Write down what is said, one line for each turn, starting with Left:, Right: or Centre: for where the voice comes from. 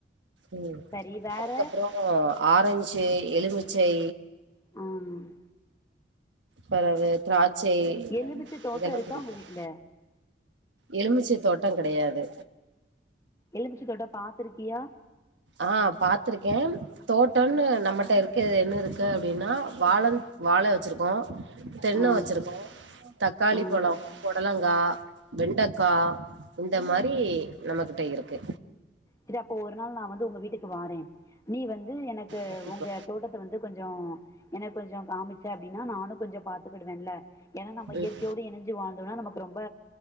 Right: ம்
Left: சரி வேறு
Right: அதுக்கப்புரோ ஆரஞ்சு எலுமிச்சை
Left: ம்
Right: பெறவு திராட்சை
Left: எலுமிச்ச தோட்ட
Right: இதெல்லா
Left: இருக்கா
Right: புடிக்கு
Left: உங்க வீட்ல
Right: எலுமிச்சை தோட்டங் கெடையாது
Left: எலுமிச்ச தோட்டோ பாத்திருக்கியா
Right: ஆ பாத்திருக்கே தோட்டன்னு நம்மட்ட இருக்கது என்ன இருக்கு அப்டின்னா வாழன் வாழ வச்சிருக்கோ தென்ன
Left: ஆ
Right: வச்சிருக்கோ தக்காளி
Left: ஆ
Right: பலோ புடலங் கா வெண்டகா இந்த மாரி நம்மக்கிட்ட இருக்கு
Left: சரி அப்போ ஒரு நாள் நா வந்து உங்க வீட்டுக்கு வாறே நீ வந்து எனக்கு
Right: கண்டிப்பா
Left: உங்க தோட்டத் வந்து கொஞ்சோ எனக்கு கொஞ்சோ காமிச்ச அப்பிடின்னா நானு கொஞ்சோ பாத்துக்கிடுவேல ஏன்னா நம்ப
Right: ம்
Left: இயற்கையோடு இனஞ்சி வாழ்ந்தோனா நமக்கு ரொம்ப